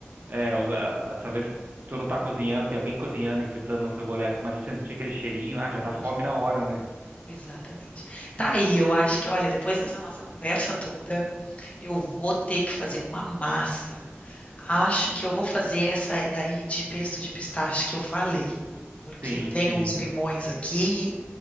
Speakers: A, on the right; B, on the left.
A: é, o- a- a- essa vez tu não tá cozinhando, tem alguém cozinhando e fritando uma cebola, aí tu começa a sentir aquele cheirinho, ah, já dá
B: Hum,
A: fome na hora, né?
B: Exatamente. Tá aí, eu acho que, olha, depois dessa nossa conversa toda. Eu vou ter que fazer uma massa. Acho que eu vou fazer essa daí de pesto de pistache que eu falei, porque
A: Sim,
B: eu tenho
A: sim.
B: uns limões aqui,